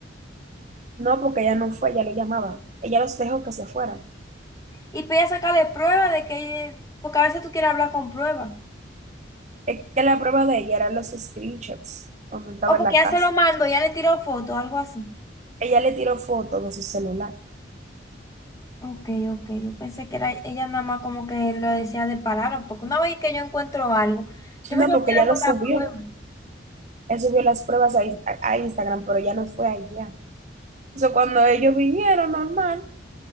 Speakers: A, on the right (about 40°); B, on the left (about 20°).
A: No, porque ella no fue, ella lo llamaba. Ella los dejó que se fueran.
B: Y pide sacarle prueba de que, porque a veces tú quieres hablar con prueba.
A: Es que la prueba de ella eran los screenshots, donde estaba
B: O porque
A: en la
B: ya
A: casa.
B: se lo mando, ya le tiró foto, algo así.
A: Ella le tiró fotos de su celular.
B: Ok, ok, yo pensé que era ella nada más como que lo decía de palabra, porque una vez que yo encuentro algo, yo
A: No,
B: me lo
A: porque
B: quedo
A: ella lo
B: con
A: subió.
B: la prueba.
A: Él subió las pruebas a, Insta- a Instagram, pero ya no fue allá. Eso cuando ellos vinieron normal,